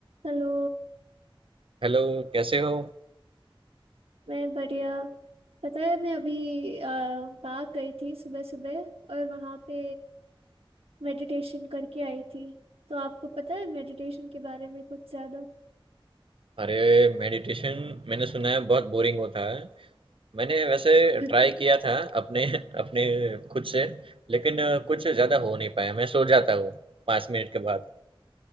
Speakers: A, on the right (about 90°); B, on the right (about 65°).
A: Hello
B: Hello कैसे हो
A: मैं बढ़िया पता है मैं अभी अ, बाग गई थी सुबह सुबह और वहाँ पे मेडिटेशन करके आई थी तो आपको पता है मेडिटेशन के बारे में कुछ ज़्यादा
B: अरे मेडिटेशन मैंने सुना है बहुत बोरिंग होता है मैंने वैसे
A: <laughs>
B: ट्राई किया था अपने <laughs> अपने खुद से लेकिन अ, कुछ ज़्यादा हो नहीं पाया मैं सो जाता हूँ पाँच मिनट के बाद